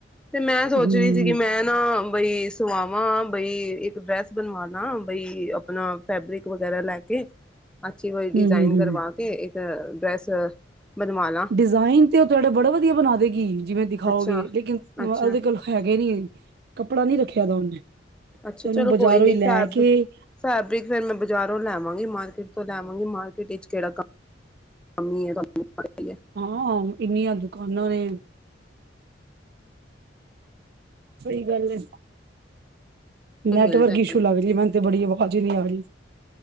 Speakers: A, in the centre; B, on the right.
A: ਤੇ ਮੈਂ ਸੋਚ
B: ਹੂੰ
A: ਰਹੀ ਸੀ ਕਿ ਮੈਂ ਨਾ ਬਈ ਸਵਾਵਾਂ ਬਈ ਇੱਕ ਡਰੈਸ ਬਣਵਾ ਲਾ ਬਈ ਆਪਣਾ ਫੈਬਰਿਕ ਵਗੈਰਾ ਲੈ ਕੇ। ਅੱਛੀ, ਕੋਈ ਡਿਜ਼ਾਇਨ
B: ਹੂੰ ਹੂੰ
A: ਕਰਵਾ
B: ਹੂੰ
A: ਕੇ ਇੱਕ ਡਰੈਸ ਬਣਵਾ ਲਾ।
B: ਡਿਜ਼ਾਇਨ ਤੇ ਉਹ ਤੁਹਾਡਾ ਬੜਾ ਵਧੀਆ ਬਣਾ ਦੇਗੀ ਜਿਵੇਂ ਦਿਖਾਓਗੇ
A: ਅੱਛਾ
B: ਲੇਕਿਨ
A: ਅੱਛਾ
B: ਓਹਦੇ ਕੋਲ। ਹੈਗੇ ਨੀ ਕੱਪੜਾ ਨੀ ਰੱਖਿਆ ਦਾ ਉਹਨੇ
A: ਅੱਛਾ
B: ਉਹਨੂੰ
A: ਚਲੋ
B: ਬਾਜ਼ਾਰੋਂ
A: ਕੋਈ ਨੀ
B: ਹੀ ਲੈ
A: ਫੈਬ
B: ਕੇ।
A: ਫੈਬਰਿਕ ਫੇਰ ਮੈਂ ਬਾਜ਼ਾਰੋਂ ਲੈ ਆਵਾਂਗੀ ਮਾਰਕੀਟ ਤੋਂ ਲੈ ਆਵਾਂਗੀ ਮਾਰਕੀਟ ਵਿਚ ਕਿਹੜਾ ਕਮੀ ਐ ਤੁਹਾਨੂੰ ਪਤਾ ਹੀ ਐ।
B: ਹਾਂ, ਇੰਨੀਆਂ ਦੁਕਾਨਾਂ ਨੇ। ਸਹੀ ਗੱਲ ਐ। ਨੈਟਵਰਕ
A: ਮਿਲ ਜਾਏ
B: ਇਸ਼ੂ ਲੱਗਦੀ ਮੈਨੂੰ ਬੜੀ ਆਵਾਜ਼ ਹੀ ਨਹੀਂ ਆ ਰਹੀ।